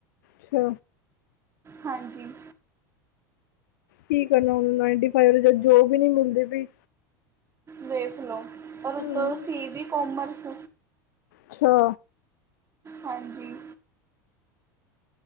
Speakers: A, on the left; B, on the right.
A: ਅੱਛਾ।
B: ਹਾਂਜੀ।
A: ਕੀ ਕਰਨਾ, ਨਾਈਨਟੀ ਫਾਈਵ ਨੂੰ ਜਦ ਜੋਬ ਈ ਨੀ ਮਿਲਦੀ ਪਈ।
B: ਵੇਖ ਲੋ, ਪਰ ਉਥੋਂ
A: ਹਮ
B: ਸੀ ਬੀ ਕੋਮਰਸ।
A: ਅੱਛਾ।
B: ਹਾਂਜੀ।